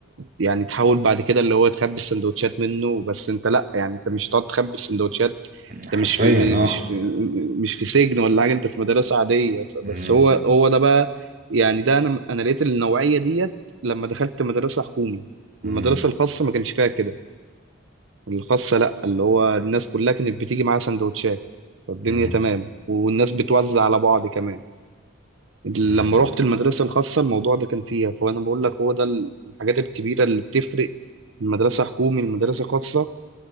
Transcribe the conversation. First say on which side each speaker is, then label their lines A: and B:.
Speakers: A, on the right (about 65°); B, on the right (about 45°).
A: يعني تحاول بعد كده اللي هو تخبي السندوتشات منه بس انت لا يعني انت مش هتقعد تخبي السندوتشات انت
B: حرفيا
A: مش في م-
B: اه
A: مش في م- مش في سجن ولا حاجه انت في مدرسه عاديه ف-
B: امم
A: بس هو هو ده بقى يعني ده انا انا لقيت النوعيه ديت لما دخلت مدرسه حكومي
B: امم
A: المدرسه الخاصه ما كانش فيها كده الخاصه لا اللي هو الناس كلها كانت بتيجي معاها سندوتشات فالدنيا
B: امم
A: تمام والناس بتوزع على بعض كمان لما
B: امم
A: رحت المدرسة الخاصة الموضوع ده كان فيها فأنا بقول لك هو ده الحاجات الكبيرة اللي بتفرق المدرسة حكومي المدرسة خاصة